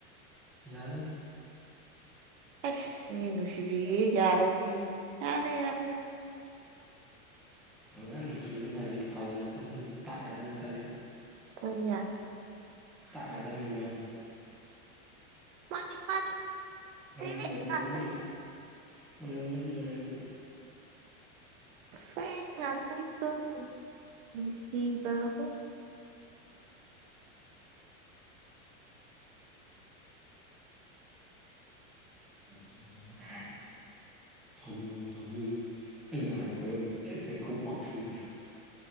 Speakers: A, in the centre; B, on the right.
A: ꯌꯥꯔꯥꯅꯤ
B: ꯑꯁ ꯃꯤꯅꯨꯁꯤꯕꯤ ꯌꯥꯔꯅꯤ ꯌꯥꯔꯦ ꯌꯥꯔꯦ ꯌꯥꯔꯦ
A: ꯑꯉꯥꯡꯒꯤꯁꯨ ꯐꯥꯒꯤ ꯐꯥꯒꯤ ꯉꯥꯛꯇꯅꯤ ꯇꯥꯠ ꯉꯥꯛꯇꯅꯤ ꯇꯜꯂꯤ
B: <unintelligible>
A: ꯇꯥꯠ ꯉꯛꯇꯅꯤ ꯍꯧꯖꯤꯛꯀꯥꯟꯖꯦ
B: ꯃꯥꯅꯤ ꯃꯥꯅꯤ
A: ꯅꯪ
B: ꯐꯦꯛ
A: ꯑꯣꯏꯔꯝꯒꯅꯦꯕ
B: ꯉꯥꯛꯇꯅꯤ
A: ꯑꯣꯏꯔꯝꯒꯅꯦꯕ ꯅꯪꯖꯨ
B: <unintelligible> ꯅꯨꯡꯁꯤꯕ ꯍꯨ
A: ꯅꯨꯄꯤ ꯅꯥꯍꯥ <unintelligible>